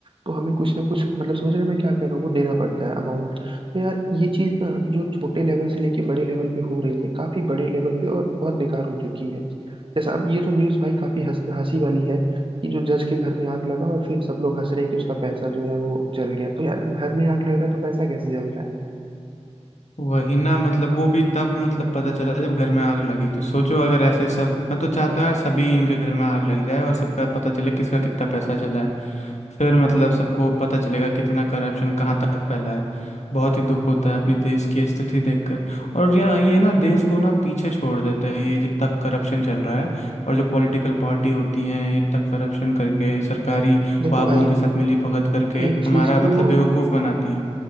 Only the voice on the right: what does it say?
तो हमें कुछ ना कुछ मतलब समझ रहे हो मैं क्या कह रहा हूँ वो देना पड़ता है अमाउंट तो यार ये चीज़ ना जो छोटे लेवल से लेके बड़े लेवल पे हो रही है काफी बड़े लेवल पे और बहुत बेकार हो चुकी है जैसा अब ये तो न्यूज़ भाई काफी हंस हंसी वाली है कि जो जज के घर में आग लगा और फिर सब लोग हंस रहे हैं कि उसका पैसा जो है वो जल गया तो यार घर में आग लग रहा है तो पैसा कैसे जल रहा है
देखो
भाई
एक
चीज तो